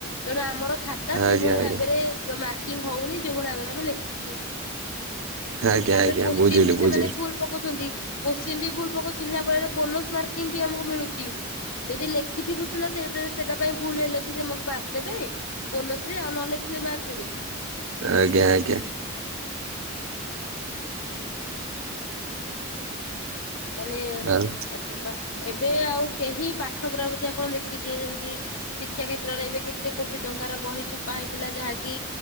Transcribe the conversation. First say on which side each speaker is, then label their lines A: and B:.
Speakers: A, on the left; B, on the right.
A: ତେଣୁ ଆମର ଖାତା ସେଭଳି
B: ଆଜ୍ଞା ଆଜ୍ଞା।
A: ଭାବରେ ମାର୍କିଂ ହଉନି, ଯୋଉ ଭଳିଆ ଭାବରେ ଆମେ ଲେଖୁଛେ।
B: ଆଜ୍ଞା
A: ତାପରେ
B: ଆଜ୍ଞା
A: କୋଶ୍ଚିିନ
B: ବୁଝିଲି
A: ବି
B: ବୁଝିଲି
A: ସେମାନେ ଭୁଲ ପକଉଛନ୍ତି। କୋଶ୍ଚିନ୍ ବି ଭୁଲ ପକଉଛନ୍ତି, ଯାହା ଫଳରେ ବୋନସ ମାର୍କିଂ ବି ଆମକୁ ମିଳୁଛି। ଯଦି ଲେଖିଥିବୁ ସିନା, ସେ ସେଇଟା ପାଇଁ ଭୁଲ ହେଲେ ବି ତମକୁ ମାର୍କ ଦେବେ ବୋନସରେ। ଆଉ ନହେଲେ ସିଏ ମାର୍କ ଦେବେକି?
B: ଆଜ୍ଞା ଆଜ୍ଞା।
A: <inaudible> ମାନେ
B: ଆଉ
A: ଏବ ଏବେ ଆଉ କେହି ପାଠ ପଢା ପ୍ରତି ଆପଣ ଦେଖି ଦିଆଯାଉଛି ଶିକ୍ଷା କ୍ଷେତ୍ରରେ ଏବେ କେତେ କୋଟି ଟଙ୍କାର ବହି ଛପା ହେଇଥିଲା, ଯାହାକି